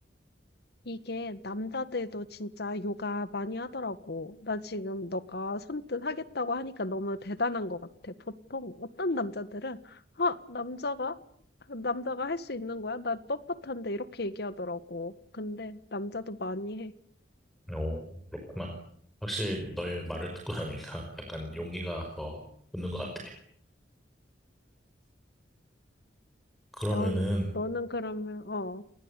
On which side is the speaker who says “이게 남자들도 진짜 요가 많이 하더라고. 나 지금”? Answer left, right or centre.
Left